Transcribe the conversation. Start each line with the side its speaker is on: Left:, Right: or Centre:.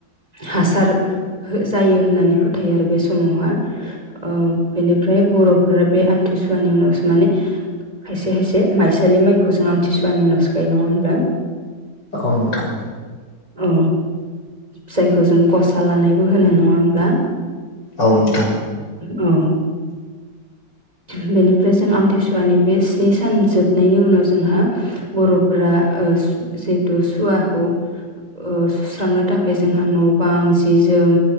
Right: हासार हो जायो होननानै फोथायो आरो बे समावहा। ओ बेनिफ्राय बर' फोरो बे आमथिसुवानि उनावसो माने खायसे खायसे माइसालि माइखौ जों आमथिसुवानि उनावसो गायो नङा होनब्ला?
Left: औ नोंथां।
Right: औ जायखौ जों गसा लानायबो होनो नङा होमब्ला?
Left: औ नोंथां।
Right: औ। बेनिफ्राय जों आमथिसुवानि बे स्नि सान जोबनायनि उनाव जोंहा बर'फोरा ओ जिहेथु सुवाखौ ओ सुस्रांनो थाखाय जोंहा न' बां जि जोम